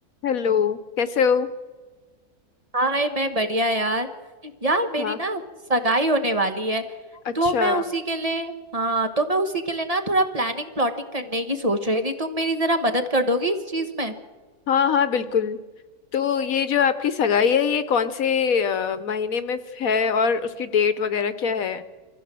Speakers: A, on the left; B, on the right.
A: Hello कैसे हो
B: हाय मैं बढ़िया यार यार मेरी
A: हाँ
B: ना सगाई होने वाली है
A: अच्छा
B: तो मैं उसी के लिए हाँ तो मैं उसी के लिए ना थोड़ा प्लानिंग प्लॉटिंग करने की सोच रही थी तुम मेरी जरा मदद कर दोगी इस चीज में
A: हाँ हाँ बिल्कुल तो ये जो आपकी सगाई है ये कौन से अ, महीने में है और उसकी डेट वगैरह क्या है